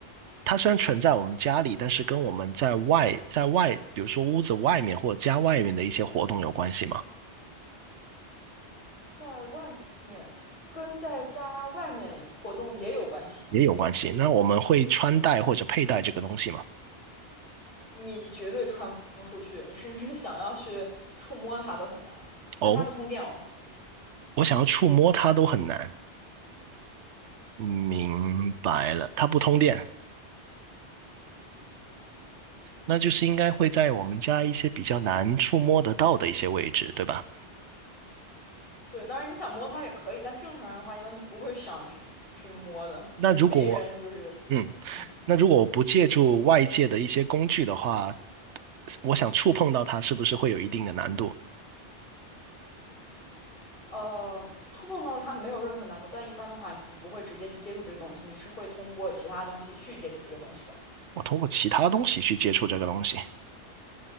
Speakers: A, on the right (about 80°); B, on the left (about 50°).
A: 它虽然存在我们家里，但是跟我们在外在外，比如说屋子外面或者家外面的一些活动有关系吗？
B: 在外面跟在家外面活动也有关系。
A: 也有关系。那我们会穿戴或者佩戴这个东西吗？
B: 你绝对穿不出去，你甚至想要去触摸它都很难，
A: 哦，
B: 但它不通电哦。
A: 我想要触摸它都很难。明白了，它不通电，那就是应该会在我们家一些比较难触摸得到的一些位置，对吧？
B: 对，当然你想摸它也可以，但正常人的话一般都不会想去去摸的，
A: 那如果，
B: 没人就是。
A: 嗯。
B: 嗯。
A: 那如果我不借助外界的一些工具的话，我想触碰到它，是不是会有一定的难度？
B: 呃，触碰到它没有任何难度，但一般的话，你不会直接去接触这个东西，你是会通过其他东西去接触这个东西的，
A: 我通过其他东西去接触这个东西，